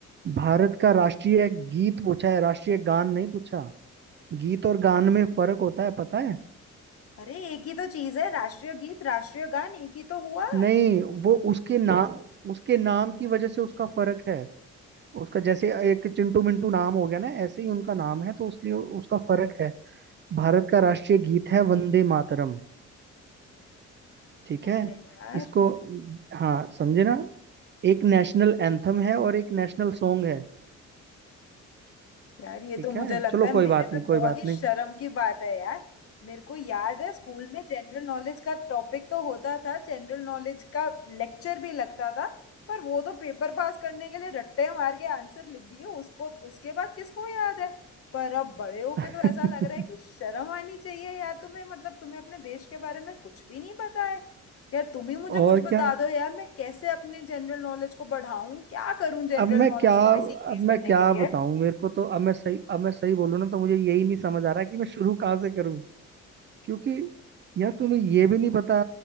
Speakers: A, on the right; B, on the left.
A: भारत का राष्ट्रीय गीत पूछा है राष्ट्रीय गान नहीं पूछा गीत और गान में फर्क होता है पता है
B: अरे एक ही तो चीज है राष्ट्रीय गीत राष्ट्रीय गान एक ही तो हुआ
A: नहीं वो उसके नाम उसके नाम की वजह से उसका फर्क है उसका जैसे एक चिंटू मिंटू नाम हो गया ना ऐसे ही उनका नाम है तो उसलिए उसका फर्क है भारत का राष्ट्रीय गीत है वंदे मातरम ठीक
B: अरे
A: है
B: यार
A: इसको हाँ समझे ना एक नेशनल एंथम है और एक नेशनल सॉन्ग है
B: यार ये
A: ठीक
B: तो मुझे
A: है
B: लगता
A: चलो
B: है मेरे
A: कोई बात
B: पे
A: नहीं
B: बहुत
A: कोई बात
B: ही
A: नहीं
B: शर्म की बात है यार मेरे को याद है स्कूल में जनरल नॉलेज का टॉपिक तो होता था जनरल नॉलेज का लेक्चर भी लगता था पर वो तो पेपर पास करने के लिए रट्टे मार के आंसर लिख दिए उसको उसके बाद किसको याद है पर अब बड़े होके
A: <laughs>
B: तो ऐसा लग रहा है कि शर्म आनी चाहिए यार तुम्हें मतलब तुम्हें अपने देश के बारे में कुछ भी नहीं पता है यार तुम ही मुझे
A: और
B: कुछ बता
A: क्या
B: दो यार मैं कैसे अपने जनरल नॉलेज को बढ़ाऊं क्या करूं जनरल
A: अब मैं
B: नॉलेज
A: क्या
B: थोड़ी सी इंक्रीज
A: अब
B: करने
A: मैं क्या
B: के लिए
A: बताऊं मेरे को तो अब मैं सही अब मैं सही बोलूं ना तो मुझे यही नहीं समझ आ रहा कि मैं शुरू कहाँ से करूं क्योंकि यार तुम्हें ये भी नहीं पता